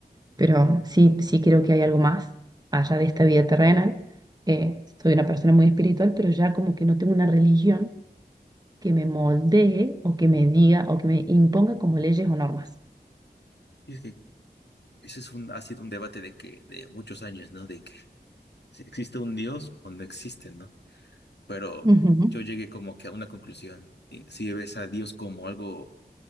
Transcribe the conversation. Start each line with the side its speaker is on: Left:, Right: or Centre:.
Right: pero sí, sí creo que hay algo más allá de esta vida terrenal. Eh, soy una persona muy espiritual, pero ya como que no tengo una religión que me moldee o que me diga o que me imponga como leyes o normas.
Left: Y es que Ese es un, ha sido un debate de que, de muchos años, ¿no? De que si existe un Dios o no existe, ¿no? Pero
Right: Ujú,
Left: yo llegué como que a una conclusión. Y Si ves a Dios como algo